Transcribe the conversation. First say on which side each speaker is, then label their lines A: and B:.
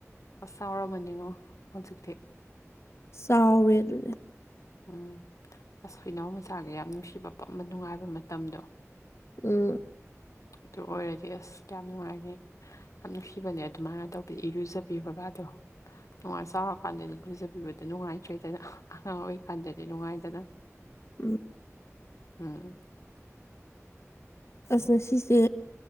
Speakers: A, on the left; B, on the left.
A: ꯑꯁ ꯆꯥꯎꯥꯎꯔꯔꯕꯅꯤꯉꯣ ꯍꯟ ꯆ ꯊꯦ
B: ꯆꯥꯎꯔꯦ ꯑꯗꯨꯅꯦ
A: ꯎꯝ ꯑꯁ ꯍꯏꯅꯥꯎ ꯃꯆꯥꯒ ꯌꯥꯝ ꯅꯨꯡꯁꯤꯕ ꯄꯝꯕ ꯅꯨꯡꯉꯥꯏꯕ ꯃꯇꯝꯗꯣ
B: ꯎꯝ
A: <unintelligible> ꯑꯗꯨ ꯑꯣꯏꯔꯗꯤ ꯑꯁ ꯌꯥꯝ ꯅꯨꯡꯉꯥꯏꯅꯦ ꯌꯥꯝ ꯅꯨꯡꯁꯤꯕꯅꯦ ꯑꯗꯨꯃꯥꯏꯅ ꯇꯧꯕꯤ ꯏꯔꯨꯖꯕꯤ ꯕꯀꯗꯣ ꯅꯨꯡꯉꯥꯏ ꯆꯥꯎꯔꯀꯥꯟꯗꯗꯤ ꯂꯨꯖꯕꯤꯕꯗꯣ ꯅꯨꯡꯉꯥꯏꯇ꯭ꯔꯦꯗꯅ ꯑꯉꯥꯡ ꯑꯣꯏ ꯈꯟꯖꯗꯤ ꯅꯨꯡꯉꯥꯏꯖꯅ
B: ꯎꯝ
A: ꯎꯝ
B: ꯑꯁꯅꯦ ꯁꯤꯁꯦ